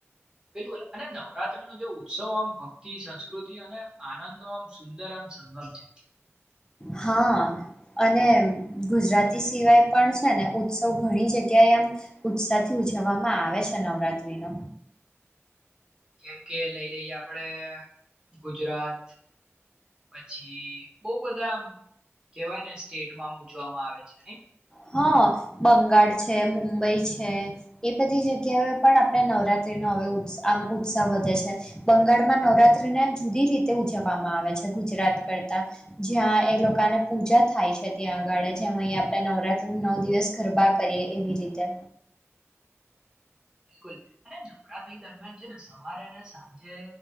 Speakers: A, on the right; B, on the left.
A: બિલકુલ અને નવરાત્રીનો જે ઉત્સવ આમ ભક્તિ સંસ્કૃ પ્રકૃતિ અને આનંદનો આમ સુંદર આમ સંગમ છે.
B: હન. અને ગુજરાતી સિવાય પણ છે ને ઉત્સવ ઘણી જગ્યાએ આમ ઉત્સાહથી ઉજવામાં આવે છે નવરાત્રીનો.
A: જેમ કે લઈ લઈએ આપડે ગુજરાત પછી બઉ બધા આમ કેવાયને સ્ટેટમાંમ ઉજવામાં આવે છે નઈ.
B: હન, બંગાળ છે, મુંબઈ છે, એ બધી જગ્યાએ પણ આપણે નવરાત્રીનો નો અવે ઉત્સ આમ ઉત્સાહ વધે છે. બંગાળમાં નવરાત્રીને જુદી રીતે ઉજવામાં આવે છે. ગુ ગુજરાત કરતા. જ્યાં એ લોકોને પૂજા થાય છે ત્યાં આગળ જેમ અહીંયા આપે નવરાત નવ દિવસ ગરબા કરીએ એવી રીતે.
A: બિલકુલ અને નવરાત્રી દરમિયાન છે. સવારે અને સાંજે